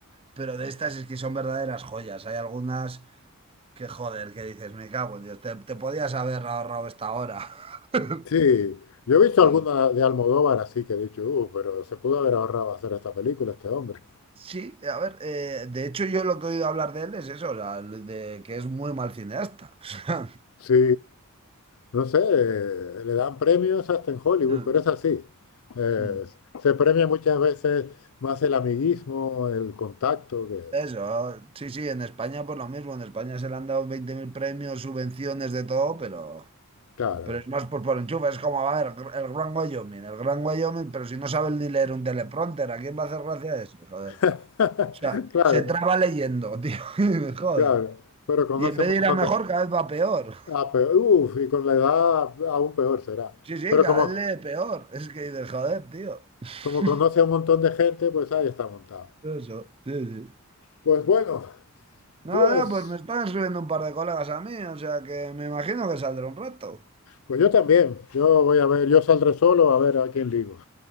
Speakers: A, on the right; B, on the left.
A: pero de estas es que son verdaderas joyas. Hay algunas que, joder, que dices, me cago en Dios, te, te podías haber ahorrado esta hora. <laughs>
B: Sí, yo he visto
A: Sí.
B: alguna de Almodóvar así que he dicho, uh, pero se pudo haber ahorrado hacer esta película este hombre.
A: Sí, a ver, eh, de hecho yo lo que he oído hablar de él es eso, o sea, de que es muy mal cineasta. <laughs>
B: Sí, no sé, eh, le dan premios hasta en Hollywood,
A: O sea,
B: pero es así. Eh,
A: Mm.
B: se premia muchas veces más el amiguismo, el contacto, que,
A: Eso, sí, sí, en España por lo mismo, en España se le han dado 20.000 premios, subvenciones de todo, pero,
B: claro,
A: pero es más por, por enchufe, es como, a ver, el Gran Wyoming, el Gran Wyoming, pero si no saben ni leer un teleprompter, ¿a quién va a hacer gracia eso? Joder. O
B: <laughs>
A: sea,
B: claro,
A: se traba leyendo, tío, <laughs> joder.
B: claro, pero conoce
A: Y en vez
B: un
A: de
B: montón
A: ir a mejor,
B: de...
A: cada vez va peor.
B: Ah, pero, uf, y con la edad aún peor será.
A: Sí, sí,
B: Pero
A: cada
B: como,
A: vez lee peor. Es que dices, joder, tío. <laughs>
B: como conoce a un montón de gente, pues ahí está montado.
A: Eso, sí, sí.
B: Pues bueno,
A: Nada,
B: pues,
A: pues me están escribiendo un par de colegas a mí, o sea que me imagino que saldrá un rato.
B: pues yo también, yo voy a ver, yo saldré solo a ver a quién ligo.